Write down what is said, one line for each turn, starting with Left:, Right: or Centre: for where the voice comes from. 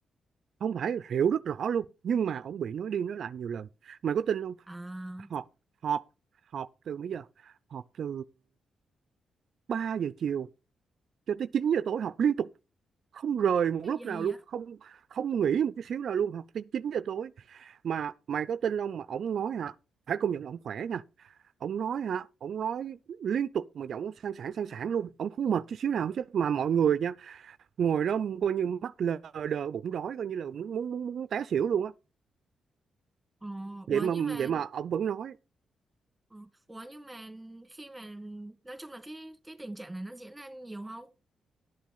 Right: không phải hiểu rất rõ luôn nhưng mà ông bị nói đi nói lại nhiều lần mày có tin không
Centre: À,
Right: họp họp họp từ mấy giờ họp từ 3 giờ chiều cho tới chín giờ tối họp liên tục không rời một
Centre: cái
Right: lúc
Centre: gì
Right: nào luôn
Centre: vậy?
Right: không không nghỉ một cái xíu nào luôn học tới 9 giờ tối mà mày có tin không mà ổng nói hả phải công nhận là ổng khỏe nha ổng nói hả ổng nói liên tục mà giọng ổng sang sảng sang sảng luôn ổng không mệt chút xíu nào hết mà mọi người nha ngồi đó coi như mắt lờ đờ bụng đói coi như là muốn muốn muốn, muốn té xỉu luôn á
Centre: Ồ,
Right: vậy
Centre: ủa
Right: mà
Centre: nhưng mà
Right: vậy mà ổng vẫn nói
Centre: ờ, ủa nhưng mà khi mà nói chung là cái cái tình trạng này nó diễn ra nhiều không?